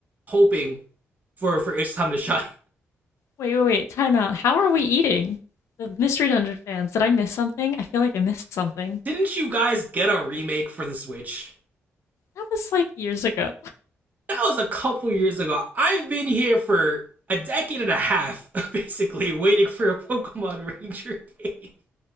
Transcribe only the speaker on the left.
Wait, wait, wait. Time out. How are we eating? The Mystery Dungeon fans, did I miss something? I feel like I missed something.
That was like years ago.